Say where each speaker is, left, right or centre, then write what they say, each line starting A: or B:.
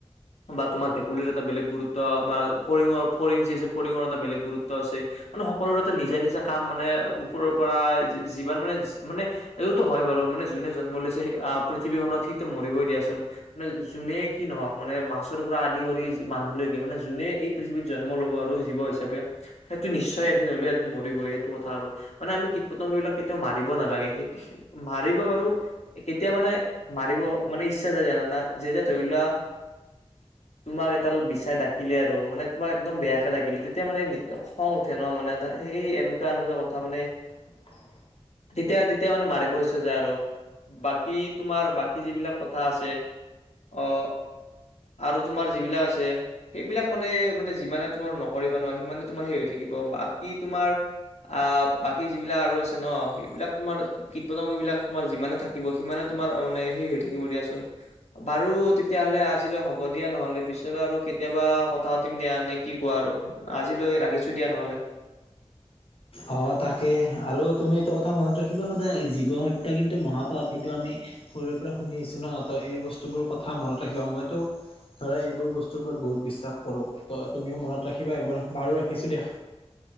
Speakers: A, on the left; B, on the left.
A: বা তোমাৰ ভেকুলীৰ এটা বেলেগ গুৰুত্ব বা ফৰিঙৰ ফৰিং যি আছে ফৰিঙৰ এটা বেলেগ গুৰুত্ব আছে মানে সকলোৰে এটা নিজা-নিজা কাম মানে ওপৰৰ পৰা যি যিমান মানে-মানে এইটোতো হয় বাৰু মানে যোনে জন্ম লৈছে আহ পৃথিৱীখনত সি মৰিবই দিয়াচোন মানে যোনে কি নহওক মানে মাছৰ পৰা আদি কৰি মানুহলৈকে মানে যোনে এই পৃথিৱীত জন্ম ল'ব আৰু জীৱ হিচাপে সেইটো নিশ্চয় এদিন হলেও এদিন মৰিবই সেইটো কথা আৰু মানে আমি কীট-পতংগবিলাক কেতিয়াও মাৰিব নালাগে সে সে মাৰিব পাৰো কেতিয়া মানে মাৰিব মানে ইচ্ছা যায় জানা না যেতিয়া ধৰি লোৱা তোমাক এডাল বিচাই ডাকি ডাকিলে আৰু মানে তোমাক একদম বেয়াকে ডাকিলে তেতিয়া মানে নি খং উঠে ন মানে সেই এনেকুৱা-এনেকুৱা কথা মানে
B: <unintelligible>
A: তেতিয়া-তেতিয়া মানে মাৰিব ইচ্ছা যায় আৰু বাকী তোমাৰ বাকী যিবিলাক কথা আছে আহ আৰু তোমাৰ যিবিলাক আছে সেইবিলাক মানে-মানে যিমানে তোমাৰ নকৰিবা নোৱা সিমানে তোমাৰ সেই হৈ থাকিব বাকী তোমাৰ আহ বাকী যিবিলাক আৰু আছে ন সেইবিলাক তোমাৰ কীট-পতংগবিলাক তোমাৰ যিমানে থাকিব সিমানে তোমাৰ মানে হেৰি হৈ থাকিব দিয়াচোন, বাৰু <unintelligible> তেতিয়াহ'লে আজিলৈ হ'ব দিয়া নহলে পিছলৈ আৰু কেতিয়াবা কথা পাতিম দিয়া নে কি কোৱা আৰু <unintelligible> আজিলৈ ৰাখিছো দিয়া নহলে <unintelligible>
B: অ' তাকে আৰু তুমি এইটো কথা মনত ৰাখিবা সদায় জীৱ হত্যা কিন্তু মহাপাপ সেইটো আমি <unintelligible> সৰুৰে পৰা শুনি আহিছো ন তই এই বস্তুবোৰ কথা মনত ৰাখিবা মইতো ধৰা এইবোৰ বস্তুৰ ওপৰত বহুত বিশ্বাস কৰো ত' তুমিও মনত ৰাখিবা এইবোৰ বাৰু ৰাখিছো দিয়া।